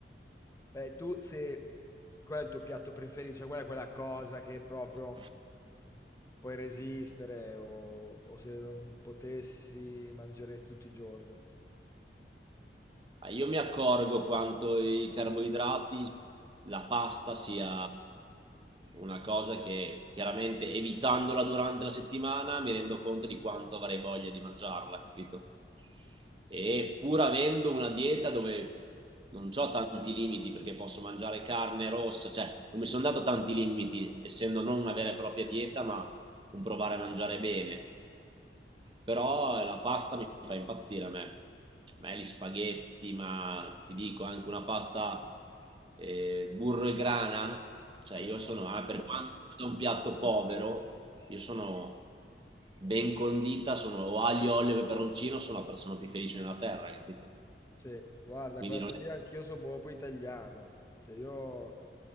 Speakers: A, on the left; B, on the right.
A: Beh, tu se... Qual è il tuo piatto preferito? Cioè, qual è quella cosa che proprio puoi resistere o, o se non potessi mangeresti tutti i giorni?
B: Ma Io mi accorgo quanto i carboidrati, la pasta sia una cosa che chiaramente evitandola durante la settimana mi rendo conto di quanto avrei voglia di mangiarla, capito? E pur avendo una dieta dove non ho tanti limiti perché posso mangiare carne rossa, cioè non mi sono dato tanti limiti essendo non una vera e propria dieta, ma un provare a mangiare bene. Però eh, la pasta mi fa impazzire a me. A me gli spaghetti, ma ti dico anche una pasta eh, burro e grana, cioè
A: Buono.
B: io sono, ah, per quanto è un piatto povero, io sono ben condita, sono o aglio, olio e peperoncino, sono la persona più felice nella terra, capito?
A: Sì, guarda,
B: Quindi
A: quella
B: non
A: tornina anch'io sono proprio italiano. Cioè io,